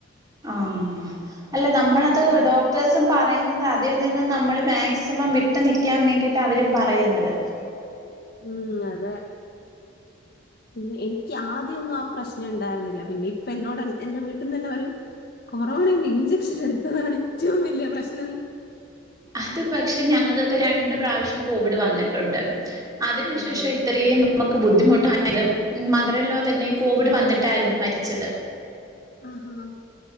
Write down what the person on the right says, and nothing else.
ആഹ് അല്ല നമ്മളത്
ഡോക്ടേഴ്സും പറയ്ന്നത് അതിൽ നിന്നും നമ്മള് മാക്സിമം വിട്ട് നിൽക്കാൻ വേണ്ടിയിട്ടാ അവരും പറയുന്നത്.
അത് പക്ഷെ ഞങ്ങക്കൊക്കെ രണ്ട് പ്രാവശ്യം കോവിഡ് വന്നിട്ടുണ്ട്. അതിന്ശേഷം
ഇത്രയും നമക്ക് ബുദ്ധിമുട്ടായത് മദർ ഇൻ ലോ തന്നെ കോവിഡ് വന്നിട്ടായിരുന്നു മരിച്ചത്.